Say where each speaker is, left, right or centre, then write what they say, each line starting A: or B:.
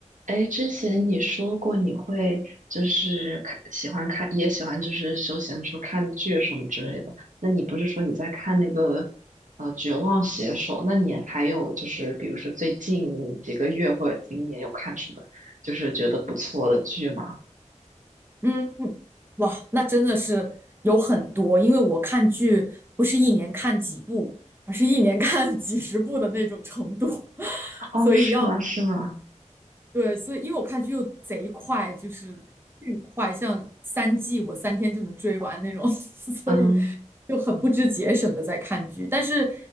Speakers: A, on the right; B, on the right.
A: 哎，之前你说过你会就是看喜欢看，也喜欢就是休闲的时候看剧什么之类的。那你不是说你在看那个呃《绝望写手》？那你还有就是比如说最近几个月或者今年有看什么就是觉得不错的剧吗？
B: 嗯，哇，那真的是有很多，因为我看剧不是一年看几部，而是一年看 <laughs> 几十部的那种程度，<laughs>
A: 哦，
B: 所以要，
A: 是吗？是吗？
B: 对，所以因为我看剧又贼快，就是巨快，像三季我三天就能追完那种，<laughs> 所以
A: 嗯
B: 就很不知节省的在看剧，但是